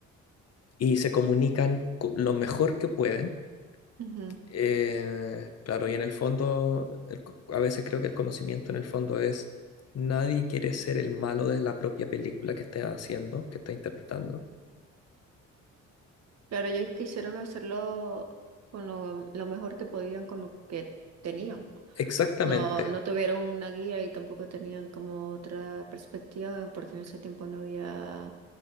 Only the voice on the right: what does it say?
Ujú.
Claro, ellos quisieron hacerlo con lo, lo mejor que podían, con lo que tenían.
No, no tuvieron una guía y tampoco tenían como otra perspectiva, porque en ese tiempo no había